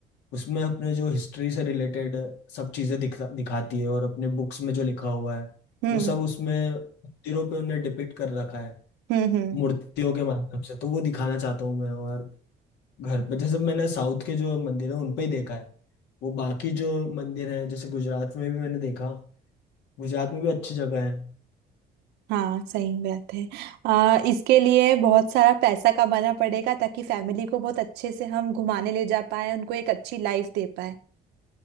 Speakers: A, on the left; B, on the right.
A: उसमें अपने जो हिस्ट्री से रिलेटेड सब चीज़ें दिखा दिखाती है और अपने बुक्स में जो लिखा हुआ है
B: हम्म
A: वो सब उसमें मंदिरों पे उन्हें डिपिक्ट कर रखा है
B: हम्म हम्म
A: मूर्तियों के माध्यम से तो वो दिखाना चाहता हूँ मैं और घर पे जैसे मैंने साउथ के जो मंदिर है उन पे ही देखा है वो बाकी जो मंदिर है जैसे गुजरात में भी मैंने देखा गुजरात में भी अच्छी जगह है
B: हाँ सही बात है आ, इसके लिए बहुत सारा पैसा कमाना पड़ेगा ताकि फैमिली को बहुत अच्छे से हम घुमाने ले जा पाए उनको एक अच्छी लाइफ दे पाए